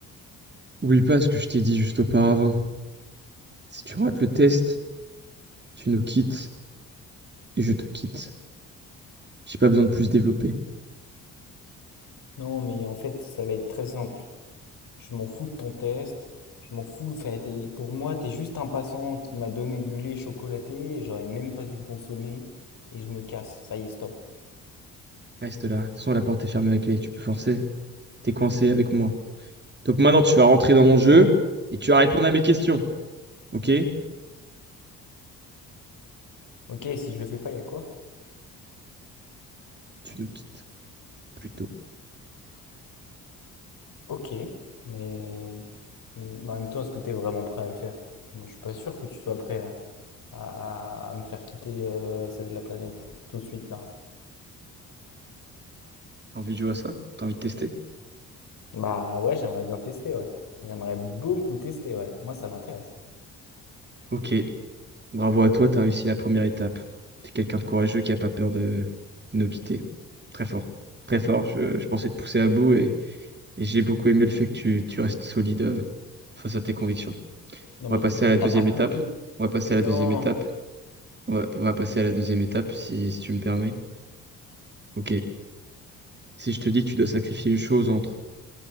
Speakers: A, on the right; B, on the left.
A: Oublie pas ce que je t'ai dit juste auparavant. Si tu rates le test, tu nous quittes et je te quitte. J'ai pas besoin de plus développer.
B: Non, mais en fait, ça va être très simple. Je m'en fous de ton test, je m'en fous, enfin, t'es- pour moi, t'es juste un passant qui m'a donné du lait chocolaté, Et j'aurais même pas dû le consommer, et je me casse, ça y est, stop.
A: Reste là. De toute façon, la porte est fermée avec les. Tu peux forcer. T'es coincé avec moi. Donc maintenant, tu vas rentrer dans mon jeu et tu vas répondre à mes questions. Ok?
B: Ok, si je le fais pas, il y a quoi?
A: Tu nous quittes plus tôt.
B: Ok, mais mais en même temps, est-ce que t'es vraiment prêt à le faire? Moi, je suis pas sûr que tu sois prêt à, à- à me faire quitter euh, celle de la planète tout de suite là.
A: T'as envie de jouer à ça? T'as envie de tester?
B: Bah ouais, j'aimerais bien tester, ouais. J'aimerais beaucoup tester, ouais. Moi, ça m'intéresse.
A: Ok. Bravo à toi, t'as réussi la première étape. T'es quelqu'un de courageux qui a pas peur de, de nous quitter. Très fort. Très fort. Je, je pensais te pousser à bout et, et j'ai beaucoup aimé le fait que tu, tu restes solide euh, face à tes convictions.
B: Non, mais
A: On va passer à la deuxième
B: t'as pas compris.
A: étape. On va passer à la
B: Non,
A: deuxième étape. On va, on va passer à la deuxième étape si, si tu me permets. Ok. Si je te dis que tu dois sacrifier une chose entre